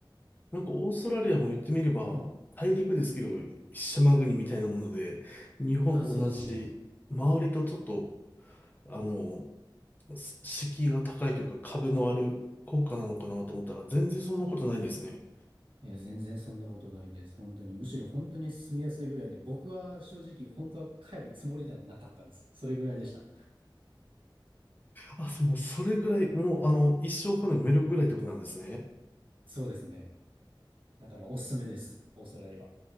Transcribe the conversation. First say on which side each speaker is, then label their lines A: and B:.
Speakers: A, on the left; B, on the right.
A: なんかオーストラリアも言ってみれば、
B: <clears throat> うん
A: 大陸ですけど、島国みたいなもので、日本と同じ、
B: あ、そうですね。
A: 周りとちょっと、あの、す敷居が高いというか壁のある国家なのかなと思ったら、全然そんなことないんですね。
B: いや、全然そんなことないんです。本当に。むしろ本当に住みやすいぐらいで、僕は正直、本当は帰るつもりではなかったんです。それぐらいでした。
A: あ、そもうそれぐらい、もうあの、一生骨埋めるぐらいってことなんですね。
B: そうですね。だからおすすめです。オーストラリアは。